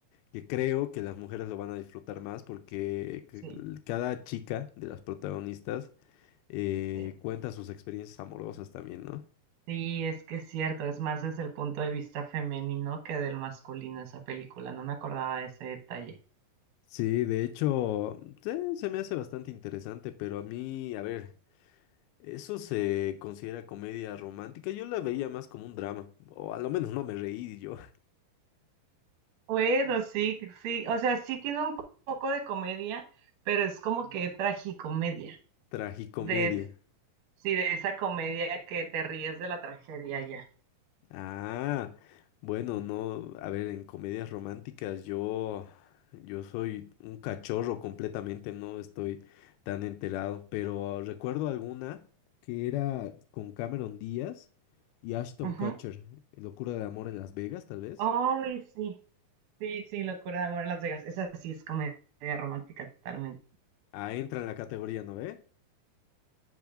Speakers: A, on the left (about 90°); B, on the right (about 70°).
A: que creo que las mujeres lo van a disfrutar más porque c-
B: Sí.
A: cada chica de las protagonistas eh,
B: Sí,
A: cuenta sus experiencias amorosas también, ¿no?
B: Sí, es que es cierto, es más desde el punto de vista femenino que del masculino esa película, no me acordaba de ese detalle.
A: Sí, de hecho, se, se me hace bastante interesante, pero a mí, a ver, eso se considera comedia romántica. Yo la veía más como un drama, o a lo menos no me reí yo.
B: Bueno, sí, sí, o sea, sí tiene un po- poco de comedia, pero es como que tragicomedia,
A: <laughs> Tragicomedia.
B: de, sí, de esa comedia que te ríes de la tragedia ya.
A: Ah, bueno, no, a ver, en comedias románticas yo, yo soy un cachorro completamente, no estoy tan enterado, pero recuerdo alguna que era con Cameron Díaz y Ashton
B: Ujú.
A: Kutcher, Locura de Amor en Las Vegas, tal vez.
B: Ay, sí, sí, sí, Locura de Amor en Las Vegas, esa sí es comedia romántica totalmente,
A: Ah, entra en la categoría, ¿no ve?